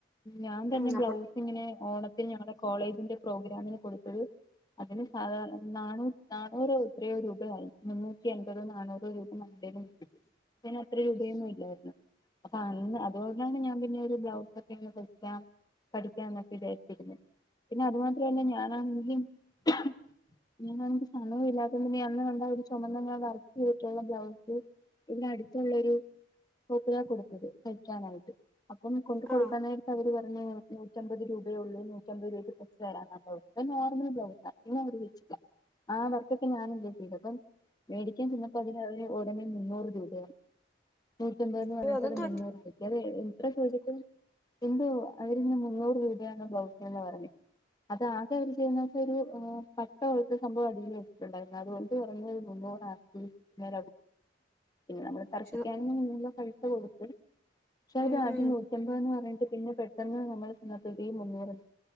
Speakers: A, on the left; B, in the centre.
A: ഞാൻ തന്നെ
B: ഉം നമ്മൾ
A: ബ്ലൗസ് ഇങ്ങനെ ഓണത്തിന് ഞങ്ങളുടെ കോളേജിന്റെ പ്രോഗ്രാമിന് കൊടുത്ത അതിന് സാധാര നാണ് നാണുറോ എത്രയോ രൂപയായി മുന്നൂറ്റി എൺപത നാനൂറ് രൂപ <unintelligible> അത്ര രൂപയൊന്നും ഇല്ലയി <unintelligible> അപ്പൊ അന്ന് അതുകൊണ്ടാണ് ഞാൻ പിന്നെ ഒരു ബ്ലൗസ് ഒക്കെ ഇങ്ങനെ തയ്ക്കാം പഠിക്കൻന്നൊക്കെ വിചാരിച്ചിരുന്നു പിന്നെ അതു മാത്രല്ല ഞാനാങ്കും <unintelligible> സമയം ഇല്ലാത്ത നീ അന്ന് കണ്ട ഒരു ചുമന്ന ഞാൻ വർക്ക് ചെയ്തിട്ടുള്ള ബ്ലൗസ് പിന്ന അടുത്തൊള്ളരു <unintelligible> കൊടുത്തത് തായ്ക്കാനായിട്ട് അപ്പൊ കൊണ്ട് കൊടുക്കാൻ
B: ആ
A: നേരത്ത് അവര് പറ അന്ന് നൂറ്റമ്പത് രൂപയള്ളൂ നൂറ്റമ്പത് രൂപയ്ക്ക് <unintelligible> തരാന്ന ബ്ലൗസ് നോർമൽ ബ്ലൗസ് <unintelligible> ആഹ് വർക്കൊക്കെ ഞാന പ്പം മേടിക്കാൻ ചെന്നപ്പോ അതിന്ന് ഉടനെ മുന്നൂറ് രൂപയാണ് നൂർ ചമ്പ വരട്ട
B: അയ്യോ അതെന്ത്
A: നിന്നവർ
B: പറ്റി?
A: ആക്കേ എത്ര ചോദി് എന്ത അതി മുന്നൂറ് രൂപയാണ് ബ്ലൗസ് എന്ന് പറഞ്ഞത് അതാകെ അവര് ചെയ്യുന്നച്ച ഒരു പട്ടത്ത സംഭവം അടിു വെച്ചിട്ടുണ്ടായിരുന്നു അതുകൊണ്ട് പറഞ്ഞ മുന്ന കന്നെ ന <inaudible>
B: പക്ഷെ,
A: ക നില്ല കഴു കൊടുത്ത് പക്ഷെ അവത്
B: ഉം
A: ആദ്യം
B: ഉം
A: നൂറ്റമ്പ എന്ന് പറഞ്ഞിട്ട് പിന്നെ പെട്ടെന്ന് നമ്മള് സൃതിയും മുന്നേറുന്നു